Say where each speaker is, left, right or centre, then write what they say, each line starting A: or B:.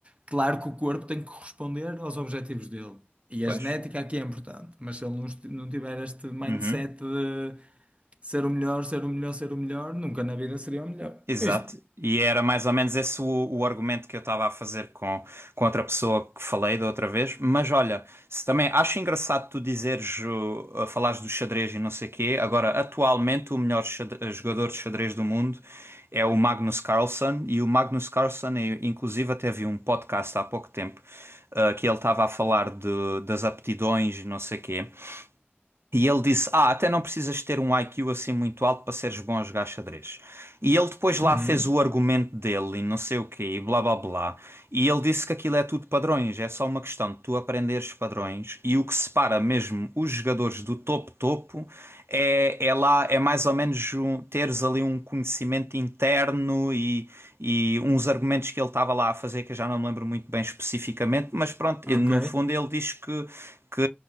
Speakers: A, on the right; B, on the right.
A: Claro que o corpo tem que corresponder aos objetivos dele, e
B: pois.
A: a genética aqui é importante, mas se ele não, esti- não tiver este mindset
B: Uhum.
A: de ser o melhor, ser o melhor, ser o melhor, nunca na vida seria o melhor.
B: Exato,
A: Isto.
B: e era mais ou menos esse o, o argumento que eu estava a fazer com, com outra pessoa que falei da outra vez. Mas olha, se também acho engraçado tu dizeres, uh, uh, falares do xadrez e não sei quê. Agora, atualmente, o melhor xad- jogador de xadrez do mundo é o Magnus Carlsen, e o Magnus Carlsen, eh, inclusive, até vi um podcast há pouco tempo, uh, que ele estava a falar de, das aptidões e não sei quê. E ele disse: Ah, até não precisas ter um I Q assim muito alto para seres bom a jogar xadrez. E ele depois lá
A: Uhum.
B: fez o argumento dele e não sei o quê, e blá blá blá. E ele disse que aquilo é tudo padrões, é só uma questão de tu aprenderes padrões. E o que separa mesmo os jogadores do topo-topo é, é lá, é mais ou menos um- teres ali um conhecimento interno e, e uns argumentos que ele estava lá a fazer, que eu já não me lembro muito bem especificamente, mas pronto,
A: Ok.
B: e no fundo ele diz que, que